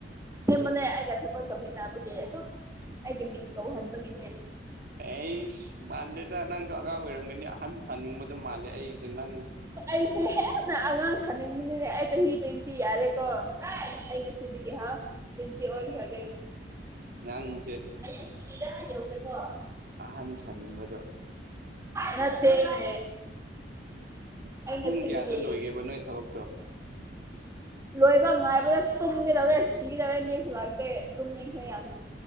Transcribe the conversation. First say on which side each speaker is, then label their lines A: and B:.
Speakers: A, on the right; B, on the right.
A: ꯁꯦꯡꯕꯅꯦ ꯑꯩꯒ ꯊꯕꯛ ꯇꯧꯃꯤꯟꯅꯕꯒꯤ ꯑꯗꯨ ꯑꯩꯒꯤ ꯃꯤꯡ ꯀꯧꯍꯟꯕꯒꯤꯅꯦ
B: ꯑꯩꯏꯁ ꯃꯥꯟꯗꯦꯗ ꯅꯪꯁꯨ ꯑꯉꯥꯡ ꯑꯣꯏꯔꯝꯒꯅꯤ ꯑꯍꯟ ꯁꯥꯅꯤꯡꯕꯗꯣ ꯃꯥꯜꯂꯦ ꯑꯩꯖꯦ ꯅꯪ
A: ꯑꯩꯁꯦ ꯍꯦꯟꯅ ꯑꯉꯥꯡ ꯁꯥꯅꯤꯡꯕꯅꯤꯅꯦ ꯑꯩ ꯆꯍꯤ ꯇ꯭ꯋꯦꯟꯇꯤ ꯌꯥꯔꯦꯀꯣ ꯑꯩ ꯉꯁꯤꯗꯒꯤ ꯍꯥ ꯇꯣꯏꯟꯇꯤ ꯑꯣꯟꯈ꯭ꯔꯒꯦ
B: ꯅꯪꯖꯦ
A: ꯍꯩꯏ ꯀꯤꯀ ꯌꯧꯈ꯭ꯔꯦꯀꯣ
B: ꯑꯍꯥꯟꯕ ꯁꯥꯅꯤꯡꯕꯗꯣ
A: ꯅꯠꯇꯦꯅꯦ ꯑꯩ
B: ꯄꯨꯡ
A: ꯉꯁꯤꯗꯒꯤ
B: ꯀꯌꯥꯗ ꯂꯣꯏꯒꯦꯕ ꯅꯣꯏ ꯊꯕꯛꯇꯣ
A: ꯂꯣꯏꯕ ꯉꯥꯏꯕꯗ ꯇꯨꯝꯒꯦꯗꯧꯔꯦ ꯁꯤꯒꯗꯧꯔꯦ ꯃꯤꯁꯨ ꯂꯛꯇꯦ ꯇꯨꯝꯅꯤꯡꯈ꯭ꯔꯦ ꯌꯥꯝꯅ